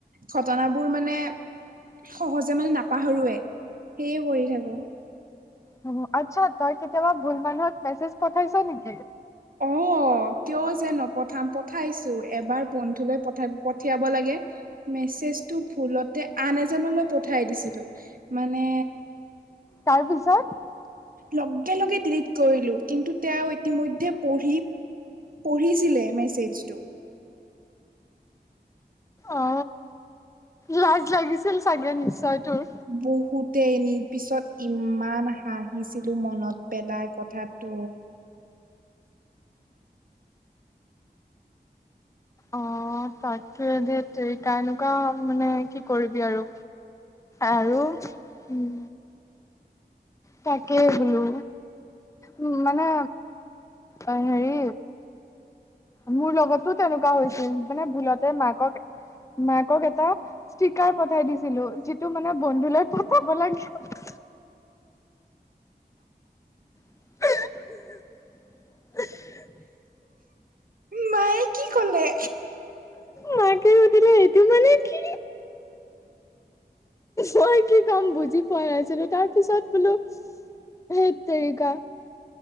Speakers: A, on the right (about 60°); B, on the left (about 20°).
A: ঘটনাবোৰ মানে সহজে মানে নাপাহৰোৱে সেয়ে কৰি থাকো
B: উ আচ্ছা তই কেতিয়াবা ভুল মানুহক মেছেজ পঠাইছ নিকি
A: অ অ কিয় যে নপঠাম পঠাইছো এবাৰ বন্ধুলৈ পঠা পঠিয়াব লাগে মেছেজটো ভুলতে আন এজনলৈ পঠাই দিছিলো মানে
B: তাৰ পিছত
A: লগে লগে ডিলিট কৰিলো কিন্তু তেওঁ ইতিমধ্যে পঢ়ি পঢ়িছিলে মেছেজ টো
B: অ লাজ লাগিছিল চাগে নিশ্চয় তোৰ
A: বহুতে এ নি পিছত ইমান হাঁহিছিলো মনত পেলাই কথাটো।
B: অ, তাকে ধেত, তেৰিকা‌ এনেকুৱা মানে কি কৰিবি আৰু? আৰু, উম, তাকেই বোলো। উ, মানে অ, হেৰি মোৰ লগতো তেনেকুৱা হৈছিল, মানে ভুলতে মাকক মাকক এটা ষ্টিকাৰ পঠাই দিছিলোঁ, যিটো মানে বন্ধুলৈ পঠাব লাগে। <inaudible>
A: মায়ে কি ক'লে?
B: মাকে সুধিলে, সেইটো মানে কি? মই কি ক'ম, বুজি পোৱাাই নছিলো, তাৰ পিছত বোলো, সেই তেৰিকা